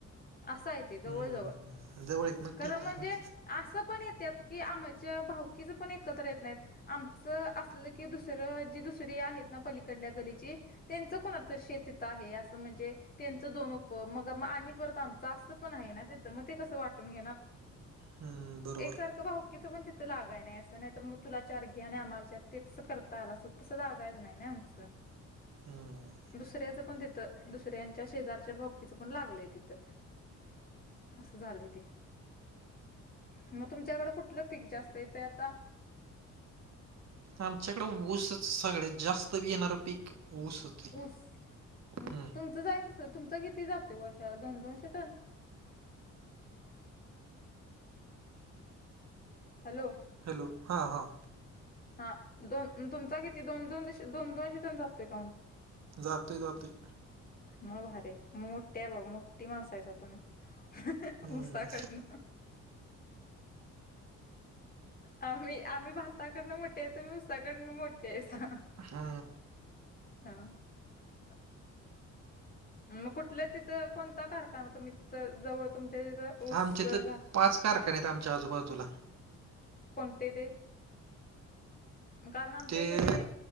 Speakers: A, on the left; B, on the right.
A: असा आहे ते जवळ
B: हं,
A: जवळ
B: हं. जवळ आहेत मग
A: खरं
B: ठीक
A: म्हणजे
B: आहे. हं,
A: असं पण येत्यात कि आम्हाच्या भावकीचं पण एकत्र येत नाहीत आमचं असलं की दुसरं जी दुस तरी आहेत ना पलीकडल्या गलीचे त्यांच कोणा शेत ता आहे असं म्हणजे त्यांच दोन उप मग म आणि परत आमच असं पण आहे ना ते त मग ते कस वाटून घेणार
B: हं. बरोबर.
A: एक सारखं भाऊकीच पण थी- त लागाय नाही असं नाही तर मग तुला चार घे आणि आम्हाला चार ते तसं करता आला असत तसं लागाच नाही च
B: हम्म.
A: दुसऱ्याचं पण तिथं दुसऱ्यांच्या शेजारच्या भावकी चं पण लागलंय तिथं. असं झालंय ते. मग तुमच्याकडें कुठलं पीक जास्त येतंय आता?
B: आमच्याकडें ऊसच सगळ्यात जास्त बी येणारं पीक ऊसच. आहे.
A: ऊस तुमचं
B: हं.
A: जायच असं तुमचं किती जातं वर्षाला दोन दोनशे टन? हॅलो!
B: हॅलो हा हां.
A: हा दोन तुमचा किती दोन दोन दशी दोन दोन <unintelligible> जातोय का म्हणतो.
B: जातोय जातोय.
A: मग भारीय मोटीय भाऊ मोठी मास आयस तुमही.
B: हं,
A: उसा कडण आम्ही आम्ही भाताकडनं मोठ हाय तुम्ही उसाकडनं मोठे आहसा.
B: हा.
A: हा. ह. मग कुठलं तिथं कोणता कारखाना तुम्ही तिथं जवळ तुमच्या तिथं ऊस
B: आमचे तर
A: घा
B: पाच कारखाने आहेत आमच्या आजूबाजूला.
A: कोणते ते? कारण आमच्या
B: ते
A: इकडली